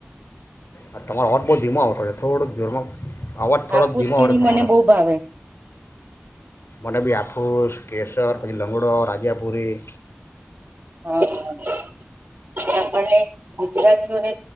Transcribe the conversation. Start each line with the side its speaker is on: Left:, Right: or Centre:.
Left: અ ત તમારો અવાજ બહુ ધીમાો આવતો હોય છે થોડોક જોરમાં અવાજ થોડોક
Right: હાફુસ
Left: ધીમા
Right: કેરી
Left: આવડ છે તમારો
Right: મને બહુ ભાવે
Left: મને બી હાફુસ કેસર પં લુંંગડો રાજિયાપુરી
Right: હ આપણને ગુજરાતીઓને